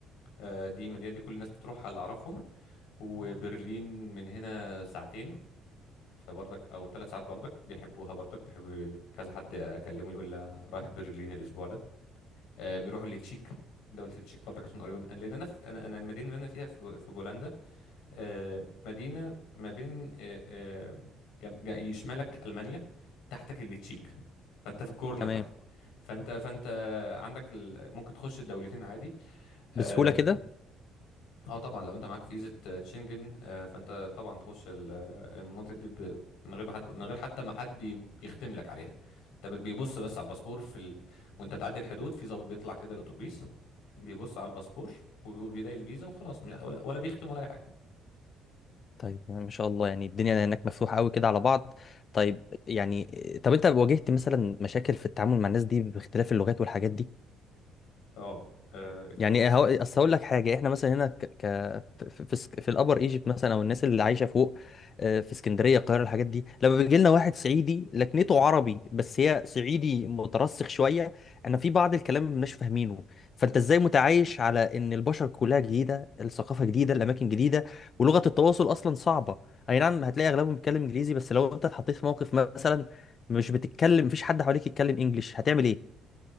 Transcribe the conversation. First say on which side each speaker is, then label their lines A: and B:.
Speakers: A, on the left (about 80°); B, on the left (about 30°).
A: آه دي المدينه دي كل الناس بتروحها اللي اعرفهم وبرلين من هنا ساعتين فبرضك او ثلاث ساعات برضك بيحبوها برضك بيحبوا كذا حد اكلمه يقول لي انا رايح برلين الاسبوع ده آه بيروحوا لتشيك دولة التشيك برضك عشان قريبة من لأن أنا في أنا أنا المدينة اللي أنا فيها في في بولندا آه، مدينة ما بين آه، آه، جم- جا- يشمالك ألمانيا تحتك اللي تشيك فأنت في الكورنر
B: تمام
A: تحت فأنت فأنت عندك ال... ممكن تخش الدولتين عادي اه
B: بسهولة كده
A: آه طبعا لو انت معاك فيزا آه، شنجن آه، فانت طبعا تخش ال- آه، المناطق دي ب... من غير ما حد من غير حتى ما حد يب- يختم لك عليها انت ب- بيبص بس على الباسبور في ال... وانت بتعدي الحدود في ضابط بيطلع كده الاتوبيس بيبص على الباسبور وبيلاقي الفيزا وخلاص ولا ولا بيختم ولا اي حاجه
B: طيب ما شاء الله يعني الدنيا هناك مفتوحة قوي كده على بعض طيب يعني طب انت واجهت مثلا مشاكل في التعامل مع الناس دي باختلاف اللغات والحاجات دي
A: اه آه، الكبار
B: يعني
A: في السن
B: هو اصل هقول لك حاجه احنا مثلا هنا ك... ك... في في, اسك- في الابر ايجيبت مثلا او الناس اللي عايشه فوق آه، في اسكندريه القاهره الحاجات دي لما بيجي لنا واحد صعيدي لكنته عربي بس هي صعيدي مترسخ شويه انا في بعض الكلام ما بناش فاهمينه فانت
A: مم.
B: ازاي متعايش على ان البشر كلها جديده الثقافه جديده الاماكن جديده ولغه التواصل اصلا صعبه اي نعم هتلاقي اغلبهم بيتكلم انجليزي بس لو انت اتحطيت في موقف مثلا مش بتتكلم مفيش حد حواليك يتكلم انجليش هتعمل ايه